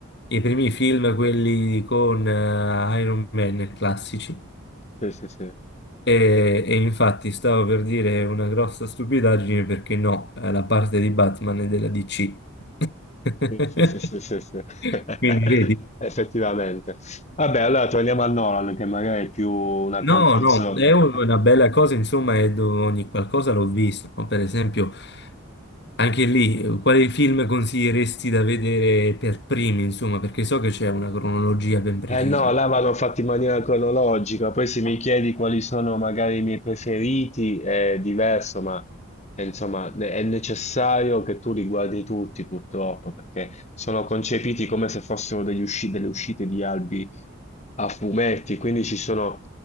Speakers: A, on the left; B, on the left.
A: i primi film, quelli con eh, Iron Man classici.
B: sì, sì, sì.
A: E, e infatti stavo per dire una grossa stupidaggine perché no, eh, la parte di Batman è della DC. <laughs>
B: Sì, sì, sì, sì, sì, sì. <laughs>
A: Quindi vedi,
B: Effettivamente. Vabbè, allora torniamo a Nolan, che magari è più una
A: no,
B: comfort
A: no,
B: zone.
A: è una bella cosa, insomma, e dove ogni qualcosa l'ho visto, no? Per esempio, anche lì, eh, quali film consiglieresti da vedere per primi, insomma, perché so che c'è una cronologia ben precisa.
B: Eh no, là vanno fatti in maniera cronologica, poi se mi chiedi quali sono magari i miei preferiti è diverso, ma eh, insomma ne- è necessario che tu li guardi tutti purtroppo, perché sono concepiti come se fossero degli usci- delle uscite di albi a fumetti, quindi ci sono